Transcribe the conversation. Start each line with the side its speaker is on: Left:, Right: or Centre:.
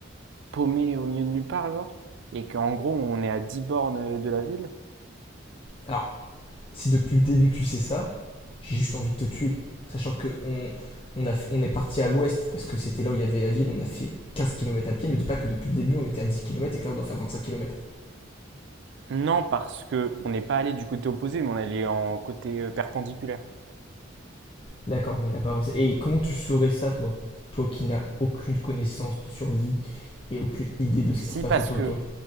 Right: paumé au milieu de nulle part, genre Et qu'en gros, on est à 10 bornes de la ville
Left: Alors, si depuis le début tu sais ça, j'ai juste envie de te tuer. Sachant que on, on, a on est parti à l'ouest parce que c'était là où il y avait la ville, on a fait 15 kilomètres à pied. Me dis pas que depuis le début on était à 10 kilomètres et que là on doit faire 25 kilomètres.
Right: Non, parce que on n'est pas allé du côté opposé, mais on est allé en côté euh, perpendiculaire.
Left: D'accord, on n'a pas avancé. Et comment tu saurais ça, toi Toi qui n'as aucune connaissance de survie et aucune idée de ce
Right: Si,
Left: qui se passe
Right: parce
Left: autour
Right: que
Left: de toi.